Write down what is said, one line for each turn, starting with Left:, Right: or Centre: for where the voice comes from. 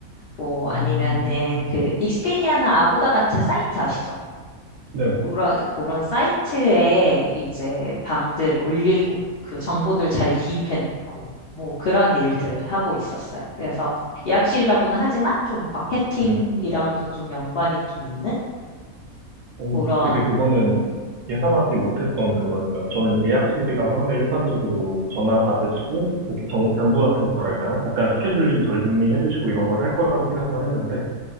Left: 뭐
Right: 음,
Left: 아니면은 그 익스피디아나 아고다 같은 사이트 아시죠?
Right: 네네.
Left: 그런 그런 사이트에 이제 방들 올리고 그 정보들 잘 기입해 놓고 뭐 그런 일들을 하고 있었어요. 그래서 예약실이라고는 하지만 좀 마케팅이랑도
Right: 네.
Left: 좀 연관이 좀 있는
Right: 오,
Left: 그런
Right: 되게 그거는 예상하지 못했던 그거였어요. 저는 예약실이라고 하면 일반적으로 전화 받으시고, 거기 정, 장부 같은 거랄까요? 약간 스케줄링 정리해 주시고 이런 걸 할 거라고 생각을 했는데,